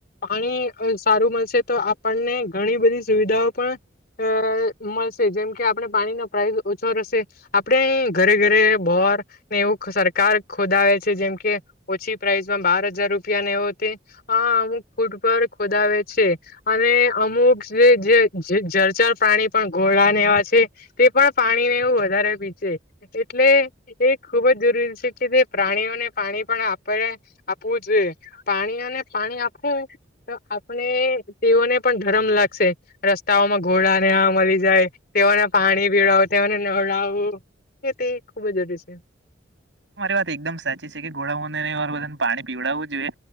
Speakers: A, on the left (about 55°); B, on the right (about 75°).
A: પાણી સારું મળશે તો આપણને ઘણી બધી સુવિધાઓ પણ અ મળશે જેમ કે આપણે પાણીનો પ્રાઇઝ ઓછો રહેશે આપણે ઘરે ઘરે બોરને એવું સરકાર ખોદાવે છે જેમકે ઓછી પ્રાઇસમાં બાર હજાર રૂપિયાને વુ તે આ અમુક ફૂડ પર ખોદાવે છે અને અમુક જે જર્જર પ્રાણી પણ ઘોડા ને એવા છે, તે પણ પાણી ને એવું વધારે પી છે એટલે એ ખુબ જ જરૂરી છે. તે પ્રાણીઓને પાણી પણ આપે આપવું જોઈએ પ્રાણીઓને પાણી આપવું તો આપણે તેઓને પણ ધરમ લાગશે રસ્તાઓમાં ઘોડા નેવા મળી જાય તેઓને પાણી પીડાવું તેઓને નડાવું એ તે ખુબ જ જરૂરી છે.
B: તમારી વાત એકદમ સાચી છે, કે ઘોડાઓને નેવા બધા પાણી પીવડાવું જોઈએ